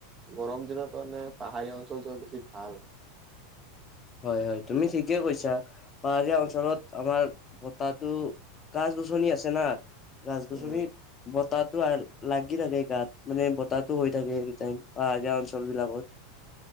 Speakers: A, on the right; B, on the left.
A: গৰম দিনৰ কাৰণে পাহাৰীয়া অঞ্চল যোৱা বেছি ভাল।
B: হয়, হয় তুমি ঠিকে কৈছা। পাহাৰীয়া অঞ্চলত আমাৰ বতাহটো গছ -গছনি আছে না? গছ -গছনি
A: উম
B: বতাহটো লাগি থাকে গাত মানে বতাহটো হৈ থাকে এনিটাইম পাহাৰীয়া অঞ্চল বিলাকত।